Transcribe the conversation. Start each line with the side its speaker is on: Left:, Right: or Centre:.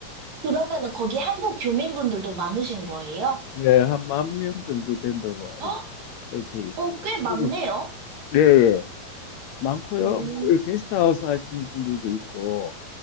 Right: 그러면은 거기 한국 교민분들도 많으신 거예요?
Left: 예, 한 만 명 정도 된다고
Right: 헉?
Left: 알려져 있어요.
Right: 어, 꽤 많네요.
Left: 그리고 예, 예. 많고요.
Right: 오,
Left: 뭐 이렇게 게스트하우스 하시는 분들도 있고